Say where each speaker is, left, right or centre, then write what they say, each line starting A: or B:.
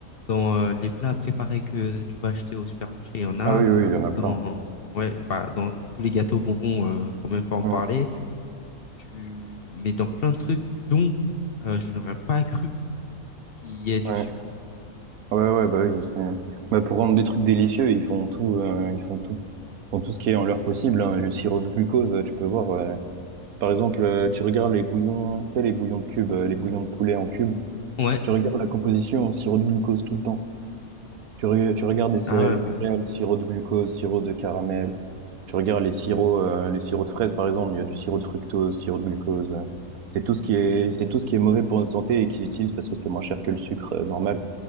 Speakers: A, on the left (about 50°); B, on the right (about 80°).
A: dans euh, les plats préparés que tu vas acheter au supermarché, il y en a.
B: Ah oui, oui, il y en a plein.
A: Dans, ouais, bah, dans tous les gâteaux bonbons, euh, faut même pas en
B: Mm.
A: parler tu mets dans plein de trucs dont euh, je n'aurais pas cru qu'il y ait du
B: Ouais.
A: sucre.
B: Ouais, ouais, bah oui, c'est... Bah, pour rendre des trucs délicieux, ils font tout, euh, ils font tout, font tout ce qui est en leur possible. hein. Le sirop de glucose, euh, tu peux voir. euh, Par exemple, euh, tu regardes les bouillons, tu sais, les bouillons de cubes, euh, les bouillons de poulet en cubes.
A: Ouais.
B: Tu regardes la composition, au sirop de glucose tout le temps. Tu, re- tu regardes les céréales,
A: Ah ouais,
B: les
A: bah.
B: céréales, sirop de glucose, sirop de caramel. Tu regardes les sirops, euh, les sirops de fraises, par exemple, il y a du sirop de fructose, sirop de glucose. euh. C'est tout ce qui est, c'est tout ce qui est mauvais pour notre santé et qu'ils utilisent parce que c'est moins cher que le sucre, euh, normal.